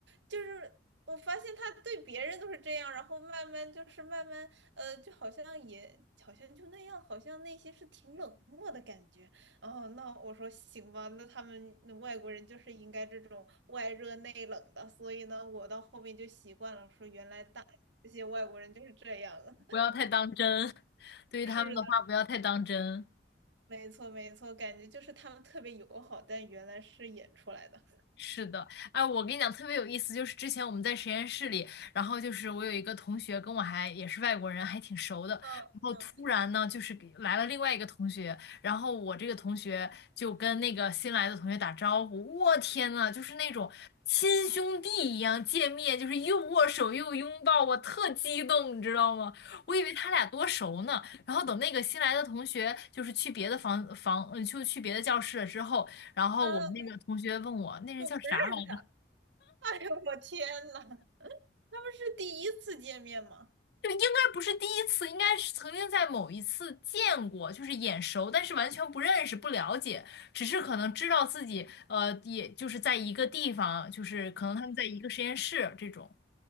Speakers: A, on the right; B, on the left.
A: 就是我发现他对别人都是这样，然后慢慢就是慢慢，呃，就好像也好像就那样，好像内心是挺冷漠的感觉。哦，那我说行吧，那他们那外国人就是应该这种外热内冷的，所以呢，我到后面就习惯了，说原来大这些外国人就是这样的。<laughs>
B: 不要太当真，对于他们的话不要太当真。
A: 是的，没错没错，感觉就是他们特别友好，但原来是演出来的。
B: 是的，哎，我跟你讲特别有意思，就是之前我们在实验室里，然后就是我有一个同学跟我还也是外国人，还挺熟的，
A: 嗯嗯
B: 然后突然呢就是给来了另外一个同学，然后我这个同学就跟那个新来的同学打招呼，我天呐，就是那种亲兄弟一样见面，就是又握手又拥抱，我特激动，你知道吗？我以为他俩多熟呢，然后等那个新来的同学就是去别的房房，嗯，就去别的教室了之后。然后我那个同学问我，
A: 嗯，
B: 那人叫啥来着？
A: 但是我不认识他。<laughs> 哎呦，我天呐，他们是第一次见面吗？
B: 就应该不是第一次，应该是曾经在某一次见过，就是眼熟，但是完全不认识、不了解，只是可能知道自己，呃，也就是在一个地方，就是可能他们在一个实验室这种。